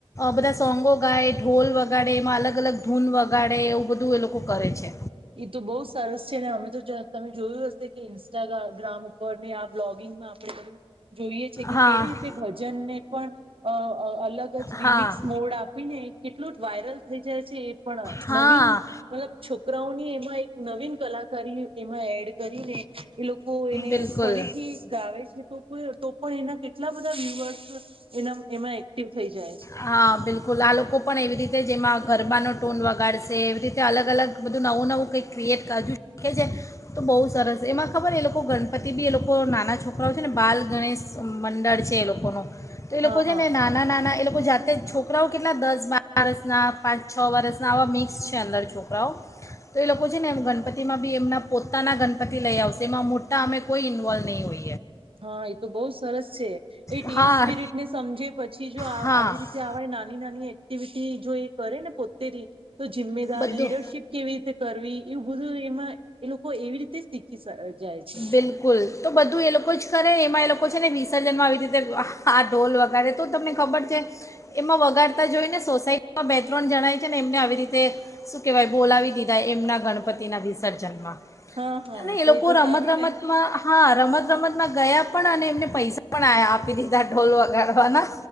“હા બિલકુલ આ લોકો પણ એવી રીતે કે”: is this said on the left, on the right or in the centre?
Left